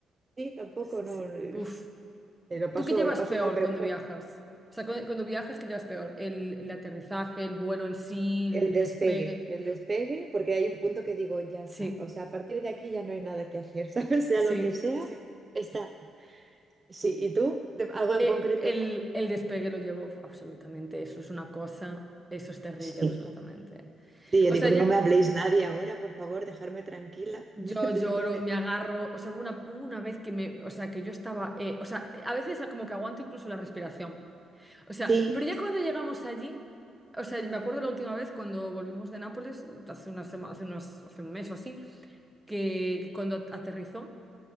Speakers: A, on the right; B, in the centre.
A: sí, tampoco,
B: Sí,
A: no,
B: sí,
A: eh,
B: uff.
A: lo
B: ¿Tú
A: paso,
B: qué llevas
A: lo paso
B: peor
A: mal, pero
B: cuando
A: bueno,
B: viajas? O sea, cu- cuando viajas, ¿qué llevas peor? El, el aterrizaje, el vuelo en sí,
A: el
B: el
A: despegue,
B: despegue.
A: el despegue, porque hay un punto que digo, ya está,
B: Sí.
A: o sea, a partir de aquí ya no hay nada que hacer, <laughs> ¿sabes? Sea
B: Sí,
A: lo que sea, Sí. está. Sí, ¿y tú? ¿De- ¿Algo en
B: eh,
A: concreto?
B: el, el despegue lo llevo absolutamente, eso es una cosa, eso es terrible,
A: Sí,
B: absolutamente.
A: sí, yo
B: O
A: digo,
B: sea,
A: no
B: ya
A: me habléis nadie ahora, por favor, dejarme tranquila,
B: yo
A: <laughs> necesito
B: lloro,
A: pensar.
B: me agarro, o sea, hubo una, hubo una vez que me, o sea, que yo estaba, eh, o sea, a veces como que aguanto incluso la respiración, o sea,
A: Sí,
B: pero ya cuando llegamos allí, o sea, me acuerdo la última vez cuando volvimos de Nápoles, hace una sema- hace unas, hace un mes o así, que, que cuando aterrizó.